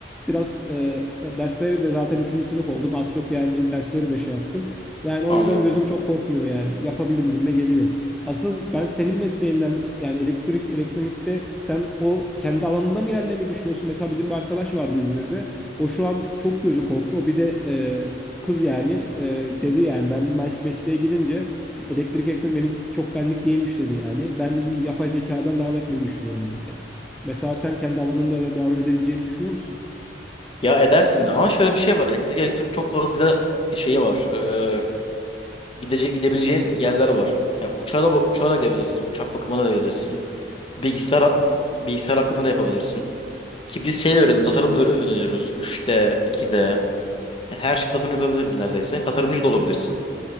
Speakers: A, in the centre; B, on the left.
A: biraz e, dersleri de zaten üçüncü sınıf oldum. Az çok yani dersleri de şey yaptım. Yani o
B: anladım.
A: yüzden gözüm çok korkmuyor yani. Yapabilirim gibime geliyor. Asıl ben senin mesleğinden yani elektrik elektronikte sen o kendi alanında mı ilerlemeyi düşünüyorsun? Mesela bizim bir arkadaş vardı İzmir'de. O şu an çok gözü korktu. O bir de e, kız yani e, dedi yani ben mes- mesleğe gidince elektrik elektronik benim çok benlik değilmiş dedi yani. Ben yapay zekadan devam etmeyi düşünüyorum dedi yani. Mesela sen kendi alanında da devam edebileceğini düşünüyor musun?
B: Ya edersin ama şöyle bir şey var. Elektrik elektronik çok fazla şeyi var. Ee, gidecek gidebileceğin yerler var. Yani uçağa da, uçağa da gidebilirsin. Uçak bakımına da gidebilirsin. Bilgisayar bilgisayar hakkında da yapabilirsin. Ki biz şey de öğren tasarım da öğren- öğreniyoruz. 3D, 2D. Yani her şey tasarım yapabiliriz neredeyse. Tasarımcı da olabilirsin.